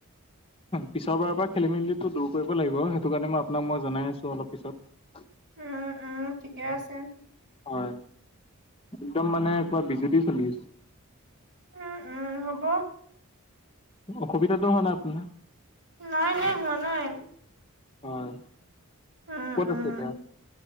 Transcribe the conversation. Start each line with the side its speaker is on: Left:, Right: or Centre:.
Left: পিছৰ বাৰৰ পৰা খেলি-মেলিটো দূৰ কৰিব লাগিব, সেইটোকাৰণে মই আপোনাক মই জনাই আছোঁ অলপ পিছত।
Right: উম, উম। ঠিকে আছে।
Left: হয়, একদম মানে পুৰা বিজুুলি চলি আছে।
Right: উম, উম হ'ব।
Left: অসুবিধাটো হোৱা নাই আপোনাৰ?
Right: নাই, নাই হোৱা নাই।
Left: হয়
Right: উম,
Left: ক'ত
Right: উম,
Left: আছে এতিয়া?